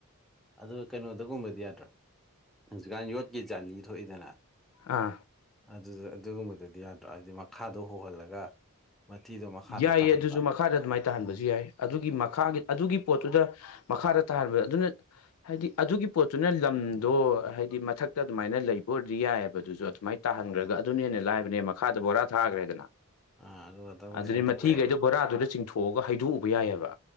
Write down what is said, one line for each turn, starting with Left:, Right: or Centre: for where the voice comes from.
Centre: ꯑꯗꯨꯒ ꯀꯩꯅꯣꯗꯒꯨꯝꯕꯗꯤ ꯌꯥꯗ꯭ꯔꯣ ꯍꯧꯖꯤꯛꯀꯥꯟ ꯌꯣꯠꯀꯤ ꯖꯥꯂꯤ ꯊꯣꯛꯏꯗꯅ
Left: ꯑꯥ
Centre: ꯑꯗꯨꯗ ꯑꯗꯨꯒꯨꯝꯕꯗꯨꯗꯤ ꯌꯥꯗ꯭ꯔꯣ ꯍꯥꯏꯗꯤ ꯃꯈꯥꯗꯣ ꯍꯣꯍꯜꯂꯒ ꯃꯊꯤꯗꯣ ꯃꯈꯥꯗ
Left: ꯌꯥꯏꯌꯦ
Centre: ꯇꯥꯍꯟꯕ
Left: ꯑꯗꯨꯖꯨ ꯃꯈꯥ ꯃꯈꯥꯗ ꯑꯗꯨꯃꯥꯏꯅ ꯇꯥꯍꯟꯕꯖꯨ ꯌꯥꯏ ꯑꯗꯨꯒꯤ ꯃꯈꯥꯒꯤ ꯑꯗꯨꯒꯤ ꯄꯣꯠꯇꯨꯗ ꯃꯈꯥꯗ ꯇꯥꯍꯟꯕ ꯑꯗꯨꯅ ꯍꯥꯏꯗꯤ ꯑꯗꯨꯒꯤ ꯄꯣꯠꯇꯨꯅ ꯂꯝꯗꯣ ꯍꯥꯏꯗꯤ ꯃꯊꯛꯇ ꯑꯗꯨꯃꯥꯏꯅ ꯂꯩꯕ ꯑꯣꯏꯔꯗꯤ ꯌꯥꯏꯌꯦꯕꯗꯨꯖꯨ ꯑꯗꯨꯃꯥꯏ ꯇꯥꯍꯟꯒ꯭ꯔꯒ ꯑꯗꯨꯅ ꯍꯦꯟꯅ ꯂꯥꯏꯕꯅꯦ ꯃꯈꯥꯗ ꯕꯣꯔꯥ ꯊꯥꯒ꯭ꯔꯦꯗꯅ
Centre: ꯑꯥ ꯑꯗꯨꯒ ꯗꯛ ꯗꯛ
Left: ꯑꯗꯨꯗꯤ
Centre: ꯁꯦꯡꯗꯣꯛꯄ
Left: ꯃꯊꯤꯒꯩꯗꯣ
Centre: ꯌꯥꯏꯗꯅ
Left: ꯕꯣꯔꯥꯗꯨꯗ ꯆꯤꯡꯊꯣꯛꯑꯒ ꯍꯩꯗꯣꯛꯎꯕ ꯌꯥꯏꯌꯦꯕ